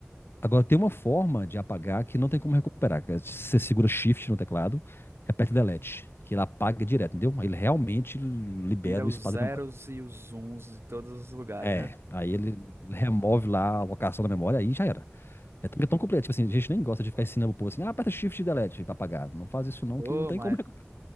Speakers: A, on the left; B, on the right.
A: Agora, tem uma forma de apagar que não tem como recuperar. Que é você segura Shift no teclado e aperta Delete. Que ele apaga direto, entendeu? Aí Ele realmente libera
B: Tira
A: o
B: os
A: espaço
B: zeros
A: da memória.
B: e os uns de todos os lugares,
A: É,
B: né?
A: aí ele remove lá a alocação da memória, aí já era. É tão, é tão completo. Tipo assim, a gente nem gosta de ficar ensinando o povo assim, ah, aperta Shift e Delete pra apagar. Não faz isso não,
B: Pô,
A: que não tem
B: mas
A: como recuperar.